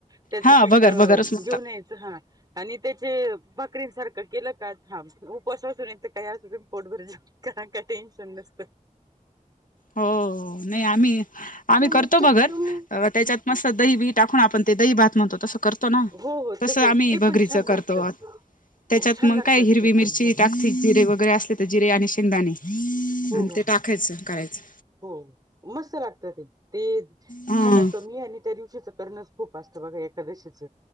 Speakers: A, on the right (about 30°); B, on the left (about 70°).
A: त्याचं
B: हा
A: पीठ
B: भगर भगरच म्हणतात
A: घेऊन यायचं हा आणि त्याचे भातं क्रिम सारखं केलं का हा उपासाच नाहीतर काय असु दे पोट भरून जेव कारण का, टेन्शन नसत.
B: हो नाही, आम्ही आम्ही
A: मम्मा
B: करतो
A: टोकलो
B: भगर त्याच्यात
A: मी
B: मस्त दही बिही टाकून आपण ते दही भात म्हणतो तसं करतो ना,
A: हो हो
B: तसं
A: तसच
B: आम्ही
A: ते
B: भगरीच
A: पण छान
B: करतो.
A: लागतं
B: त्याच्यात
A: हो छान
B: मंग
A: लागतात
B: काय हिरवी
A: ते
B: मिरची
A: पण हो
B: टाक ठिक जिरे वगैरे असले तर जिरे आणि शेंगदाणे
A: हो
B: आणि
A: हो
B: ते
A: हो
B: टाकायच करायच.
A: हो मस्त लागत ते, ते
B: ह
A: खाण कमी आणि त्या दिवशीच करणंच खूप असत बघा, एकादशीच